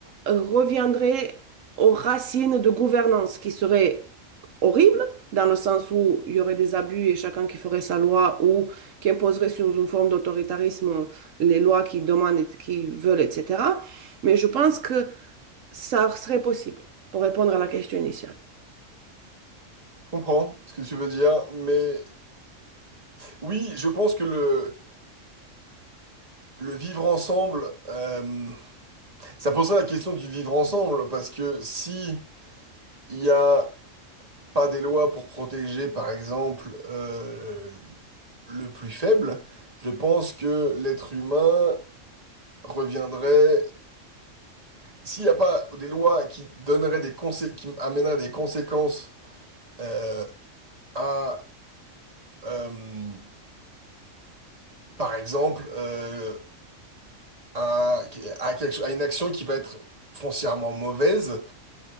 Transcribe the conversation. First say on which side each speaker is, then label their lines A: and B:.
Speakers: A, on the right (about 75°); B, on the right (about 30°).
A: reviendrait aux racines de gouvernance, qui serait horrible, dans le sens où il y aurait des abus et chacun qui ferait sa loi ou qui imposerait sur une forme d'autoritarisme les lois qui demandent, et qui veulent, etc. Mais je pense que ça serait possible pour répondre à la question initiale.
B: Je comprends ce que tu veux dire, mais oui, je pense que le, le vivre ensemble, euh, ça poserait la question du vivre ensemble, parce que si il n'y a pas des lois pour protéger, par exemple, euh, le plus faible, je pense que l'être humain reviendrait... S'il n'y a pas des lois qui donneraient des consé- qui amèneraient des conséquences euh, à, euh, par exemple, euh, à, à quelque- à une action qui va être foncièrement mauvaise,